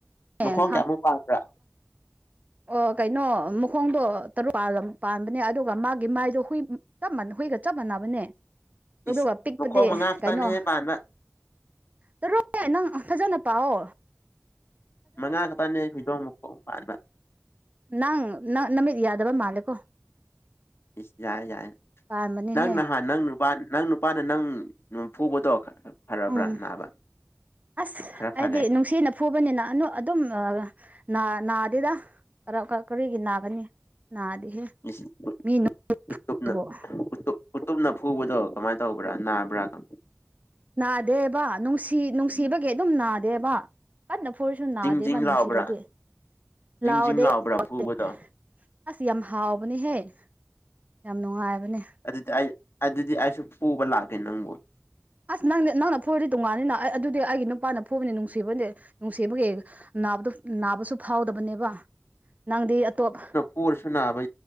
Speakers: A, on the right; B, on the left.
A: ꯑꯦ
B: ꯃꯈꯣꯡ ꯀꯌꯥꯃꯨꯛ ꯄꯥꯗ꯭ꯔꯥ꯫
A: ꯑꯣꯑꫭ ꯀꯩꯅꯣ ꯃꯈꯣꯡꯗꯣ ꯇꯔꯨꯥꯛ ꯄꯥꯟꯕꯅꯦ꯫ ꯑꯗꯨꯒ ꯃꯥꯒꯤ ꯃꯥꯏꯗꯣ ꯍꯨꯏ ꯆꯞ ꯃꯥꯟ ꯍꯨꯏꯒ ꯆꯞ ꯃꯥꯟꯅꯕꯅꯦ꯫ ꯑꯗꯨꯒꯥ
B: ꯏꯁ
A: ꯄꯤꯛꯄꯗꯤ
B: ꯃꯈꯣꯡ ꯃꯉꯥ ꯈꯛꯇꯪꯅꯦꯍꯦ
A: ꯀꯩꯅꯣ
B: ꯄꯥꯟꯕ
A: ꯇꯥꯔꯣꯑꯦ ꯅꯪ ꯐꯖꯥꯅ ꯇꯥꯎ
B: ꯃꯅꯥ ꯈꯛꯄꯝꯅꯦ ꯍꯧꯗꫭꯡ ꯃꯀꯣꯛ ꯄꯥꯟꯕꯥ
A: ꯅꯪ ꯅꯃꯤꯠ ꯌꯥꯗꯕꯥ ꯃꯥꯂꯀꯣ꯫
B: ꯏꯁ ꯌꯥꯔꯦ ꯌꯥꯔꯦ
A: ꯄꯥꯟꯕꯅꯦꯍꯦ
B: ꯅꯪꯅ ꯍꯥ ꯅꯪꯒꯤ ꯅꯨꯄꯥ ꯅꯪ ꯅꯨꯄꯥꯅ ꯅꯪ ꯕꯨ ꯐꯨꯕꯗꯣ꯫ ꯐꯔꯕ꯭ꯔꯥ
A: ꯎꯝꯝ
B: ꯅꯥꯕ
A: ꯑꯥꯁ
B: ꯈꯔ
A: ꯑꯩꯗꯤ
B: ꯐꯔꯦ
A: ꯅꯨꯡꯁꯤꯅꯥ ꯐꯨꯕꯅꯤ ꯅꯤ ꯑꯗꯨꯝ ꯅꯥ ꯅꯥꯗꯦꯗ ꯀꯔꯤꯒꯤ ꯅꯥꯒꯅꯤ ꯅꯥꯗꯤꯍꯦ
B: ꯏꯁ
A: ꯃꯤ ꯅꯥ
B: ꯎꯇꯨꯞꯅ
A: ꯐꯨꯕꯥꯕꯨ
B: ꯎꯇꯨꯞ ꯎꯇꯨꯞꯅ ꯐꯨꯕꯗꯣ ꯀꯃꯥꯏꯅ ꯇꯧꯕ꯭ꯔꯥ ꯅꯥꯕ꯭ꯔꯥ ꯑꯗꯨꯝ
A: ꯅꯥꯗꯦꯕꯥ ꯅꯨꯡꯁꯤ ꯅꯨꯡꯁꯤꯕꯒꯤ ꯑꯗꯨꯝ ꯅꯥꯗꯦꯕꯥ ꯀꯟꯅ ꯐꯨꯔꯁꯨ ꯅꯥꯗꯦ
B: ꯖꯤꯡ ꯖꯤꯡ
A: ꯕꯥ
B: ꯂꯥꯎꯕ꯭ꯔꯥ
A: ꯅꯨꯡꯁꯤꯔꯗꯤ
B: ꯖꯤꯡ
A: ꯂꯥꯎ
B: ꯖꯤꯡ
A: ꯗ
B: ꯂꯥꯎꯕ꯭ꯔꯥ
A: ꯑꯣꯗꯦ
B: ꯐꯨꯕꯗꯣ
A: ꯑꯁ ꯌꯥꯝꯅ ꯍꯥꯎꯕꯅꯦ ꯍꯦ ꯌꯥꯝ ꯅꯨꯡꯉꯥꯏꯕꯅꯦ꯫
B: ꯑꯗꯨꯗꯤ ꯑꯩ ꯑꯗꯨꯗꯤ ꯑꯩꯁꯨ ꯐꯨꯕ ꯂꯥꯛꯀꯦ ꯅꯪꯕꯨ꯫
A: ꯑꯁ ꯅꯪꯗꯤ ꯅꯪꯅ ꯐꯨꯔꯗꯤ ꯇꯣꯡꯉꯥꯟꯅꯤ ꯅ ꯑꯩ ꯑꯗꯨꯗꯤ ꯑꯩꯒꯤ ꯅꯨꯄꯥꯅ ꯐꯨꯕꯅꯤ ꯅꯨꯡꯁꯤꯕꯅꯤ ꯅꯨꯡꯁꯤꯕꯒꯤ꯫ ꯅꯥꯕꯗꫭ ꯅꯥꯕꯁꯨ ꯐꯥꯎꯗꯕꯅꯦꯕꯥ ꯅꯪꯗꯤ ꯑꯇꯣꯞꯄ
B: ꯍꯨꯔꯁꯨ ꯅꯥꯕꯥ